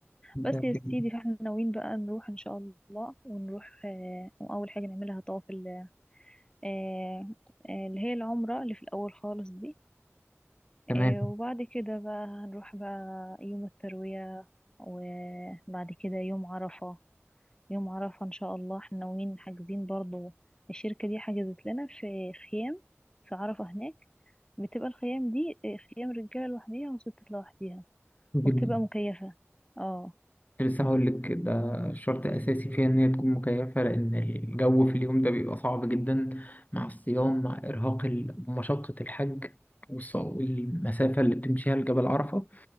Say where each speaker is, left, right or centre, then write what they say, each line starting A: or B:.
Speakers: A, on the left; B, on the left.
A: بس
B: ده
A: يا
B: كده
A: سيدي فاحنا ناويين بقى نروح ان شاء الله ونروح آه واول حاجه نعملها طواف ال- آه آه، اللي هي العمره اللي في الاول خالص دي
B: تمام
A: آه وبعد كده بقى هنروح بقى يوم الترويه وبعد كده يوم عرفه يوم عرفه ان شاء الله احنا ناويين حاجزين برضو الشركه دي حجزت لنا في خيام في عرفه هناك بتبقى الخيام دي آه، خيام رجاله لوحديها وستات لوحديها
B: حلو جدا
A: وبتبقى مكيفه اه
B: كنت لسه هقول لك ده شرط أساسي فيها إن هي تكون مكيفة لأن الجو في اليوم ده بيبقى صعب جدا مع الصيام مع إرهاق ال- مشقة الحج والص- والمسافة اللي بتمشيها لجبل عرفة